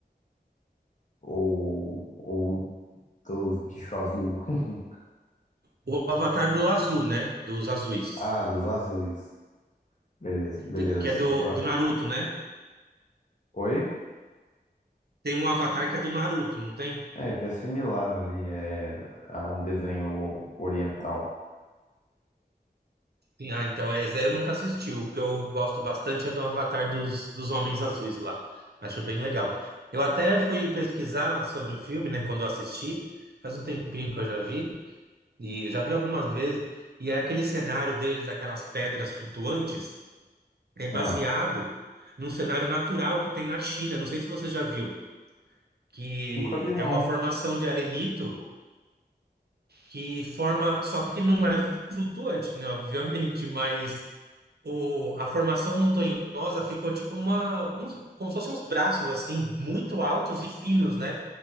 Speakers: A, on the left; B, on the right.
A: ou, ou dos bichos azul. <laughs>
B: o Avatar do Azul, né? Dos azuis,
A: Ah, dos azuis. Beleza, beleza.
B: Tem- que
A: Só
B: é do,
A: pra.
B: do Naruto, né?
A: Oi?
B: Tem um Avatar que é do Naruto, não tem?
A: É, que é similar ali, é a um desenho oriental.
B: Sim, ah, então é, esse aí eu nunca assisti. O que eu gosto bastante é do Avatar dos, dos Homens Azuis lá. Acho bem legal. Eu até fui pesquisar sobre o filme, né? Quando eu assisti, faz um tempinho que eu já vi. E eu já vi algumas vezes, e é aquele cenário deles, aquelas pedras flutuantes, é baseado
A: Ah,
B: num cenário natural que tem na China. Não sei se você já viu, que
A: nunca vi não.
B: é uma formação de arenito que forma, só que não é flutuante, né, obviamente, mas o, a formação montanhosa ficou tipo uma, uns, como se fossem uns braços assim, muito altos e finos, né?